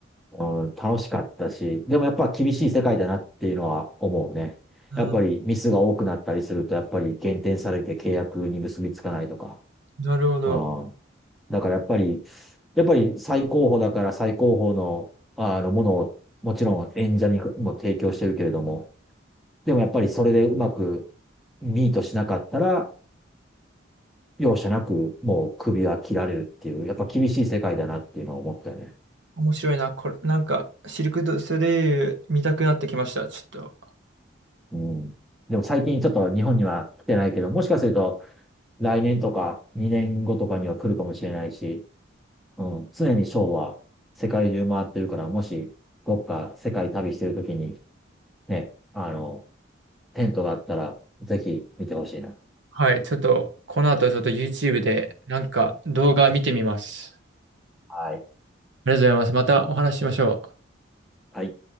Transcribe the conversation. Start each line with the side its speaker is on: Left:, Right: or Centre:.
Centre: うん、楽しかったし、でもやっぱ厳しい世界だなっていうのは思うね。
Right: うん。
Centre: やっぱりミスが多くなったりすると、やっぱり減点されて契約に結びつかないとか。
Right: なるほど。
Centre: うん、だからやっぱり、やっぱり最高峰だから最高峰の、あのものをもちろん演者にも提供してるけれども、でもやっぱりそれでうまくミートしなかったら、容赦なくもう首は切られるっていう、やっぱ厳しい世界だなっていうのを思ったよね。
Right: 面白いな、これ。なんか、シルク・ドゥ・ソレイユ見たくなってきました、ちょっと。
Centre: うん。でも最近ちょっと日本には来てないけど、もしかすると来年とか2年後とかには来るかもしれないし、うん。常にショーは世界中回ってるから、もしどっか世界旅してるときにね、あの、テントがあったらぜひ見てほしいな。
Right: はい、ちょっと、この後ちょっと YouTube でなんか動画見てみます。
Centre: はい。
Right: ありがとうございます。またお話ししましょう。
Centre: はい。